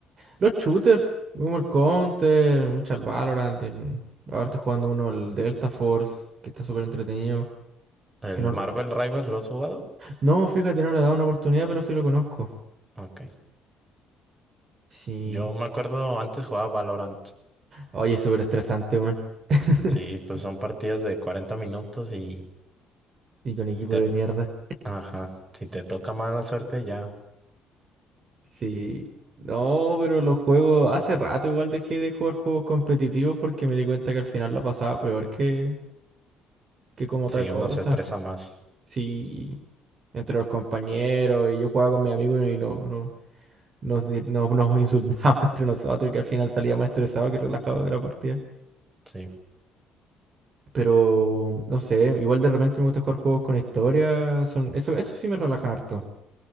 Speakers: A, on the right; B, on the right.
A: Los shooters, como el Counter, mucho el Valorant. el- Ahora estoy jugando uno, el Delta Force, que está súper entretenido.
B: ¿El
A: Que no,
B: Marvel Rivals lo has jugado?
A: no, fíjate, no le he dado una oportunidad, pero sí lo conozco.
B: Ok.
A: Sí.
B: Yo me acuerdo antes jugaba Valorant.
A: Oye, es súper estresante, weón. <laughs>
B: Sí, pues son partidas de 40 minutos y
A: Y con equipo
B: te...
A: de mierda.
B: Ajá, si te toca mala suerte ya
A: Sí. No, pero los juegos. Hace rato igual dejé de jugar juegos competitivos porque me di cuenta que al final la pasaba peor que, que como otra
B: Sí,
A: cosa.
B: uno se estresa más.
A: Sí. Entre los compañeros y yo jugaba con mis amigos y no, no, nos, di- no- nos insultábamos <laughs> entre nosotros y que al final salía más estresado que relajado de la partida.
B: Sí,
A: Pero no sé, igual de repente me gusta jugar juegos con historia. Son, eso, eso sí me relajan harto.